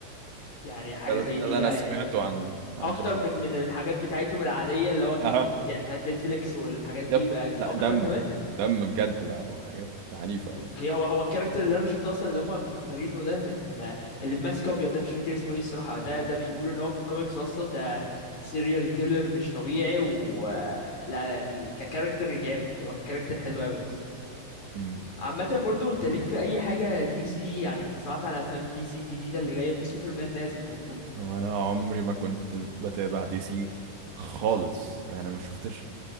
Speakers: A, on the left; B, on the right.
A: يعني حاجه
B: ده,
A: زي
B: ده
A: دي
B: اللي
A: لا
B: انا سمعته
A: يعني
B: عن عن
A: اكتر
B: المسلسل
A: من من الحاجات بتاعتهم العاديه اللي هو كانت
B: اها
A: بت... يعني بتاعت نتفليكس والحاجات دي
B: يب
A: بقت
B: لا
A: اكتر
B: دم
A: كمان
B: دم بجد بقى وحاجات عنيفه يعني
A: اوكي هو هو الكاركتر اللي انا شفته اصلا اللي هم مختارينه ده كان اللي بماسك ابيض ده مش فاكر اسمه ايه الصراحه ده ده بيقولوا ان هو في الكوميكس اصلا ده سيريال كيلر مش طبيعي و لا لا يعني ككاركتر جامد هو ككاركتر حلو قوي اصلا
B: امم
A: عامة برضو انت ليك في اي حاجة دي سي يعني انت سمعت عن افلام دي سي الجديدة اللي جاية في سوبرمان نازل المفروض
B: وانا عمري ما كنت بتابع دي سي خالص يعني ما شفتش